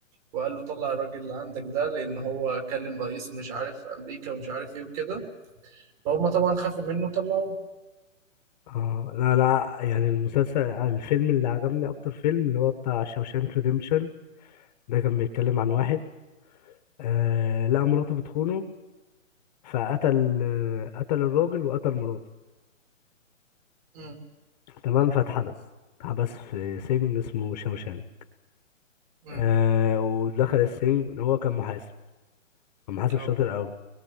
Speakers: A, on the right; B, on the left.
A: وقال له طلع الراجل اللي عندك ده لان هو كلم رئيس مش عارف امريكا ومش عارف ايه وكده فهم طبعا خافوا منه طلعوه
B: اه لا لا يعني المسلسل الفيلم اللي عجبني اكتر فيلم اللي هو بتاع شوشانك ريديمشن ده كان بيتكلم عن واحد آه لقى مراته بتخونه فقتل آه، قتل الراجل وقتل مراته
A: امم
B: تمام فاتحبس اتحبس في سجن اسمه شوشانك
A: امم
B: آه ودخل السجن هو كان محاسب كان محاسب
A: اه
B: شاطر قوي